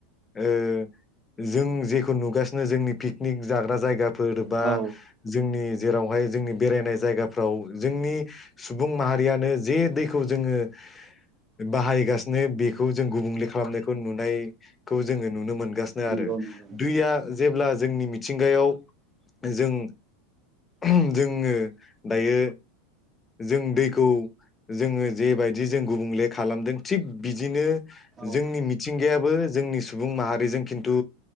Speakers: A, on the left; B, on the right.
A: ओ जों जेखौ नुगासिनो जोंनि पिकनिक जाग्रा जायगा फोर बा
B: औ
A: जोंनि जेरावहाय जोंनि बेरायनाय जायगाफ्राव जोंनि सुबुं माहारियानो जे दै खौ जोङो बाहायगासिनो बेखौ जों गुबुंले खालामनायखौ नुनायखौ जोङो नुनो मोनगासिनो‌
B: नंगौ
A: आरो
B: नंगौ नोंथां
A: दैया जेब्ला जोंनि मिथिंगायाव जों ओहम जोङो दायो जों दैखौ जोङो जेबायदि जों गुबुंले खालामदों थिग बिदिनो
B: औ
A: जोंनि मिथिंगायाबो जोंनि सुबुं माहारिजों खिन्थु